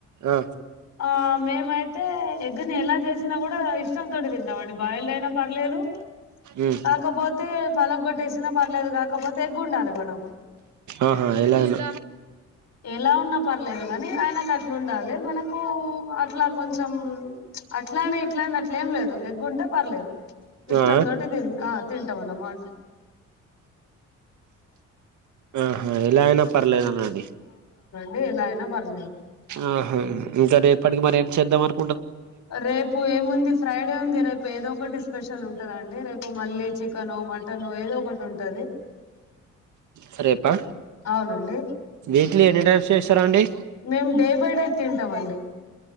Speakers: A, on the right (about 75°); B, on the left (about 55°).
A: ఆ
B: ఆ మేమైతే ఎగ్గుని ఎలా చేసినా కూడా ఇష్టం తోటి తింటామండి బాయల్డయినా పర్లేదు
A: ఉమ్
B: కాకపోతే అలా పలగ్గోట్టేసిన పర్లేదు కాకపోతే ఎగ్ వండాలి మనకు
A: ఆహా ఎలా అయినా
B: ఎలా ఉన్నా పర్లేదు గాని ఆయనకు అట్లా ఉండాలి మనక్ కు అట్లా కొంచెం అట్లానే ఇట్లానే అట్లే ఏం లేదు ఎగ్గుంటే పర్లేదు ఇష్టాంంతోటి
A: ఆ
B: తి తింటామన్న మాట
A: ఆహా ఎలా అయినా పర్లేదు అనండి
B: డే ఎలా అయినా పర్లేదు
A: ఆహా ఇంకా రేపటికి మరేమ్ చేద్దాం అను
B: రేపు ఏముంది ఫ్రైడే ఉంది రేపు ఏదో ఒకటి స్పెషలు ఉంటదండి రేపు మళ్ళీ చికెనో మటనో ఏదో ఒకటి ఉంటది
A: సరేపా
B: అవునండి
A: వీక్లీ ఎన్ని టైమ్స్ చేస్తారండి
B: మేము డే బై డే తింటామండి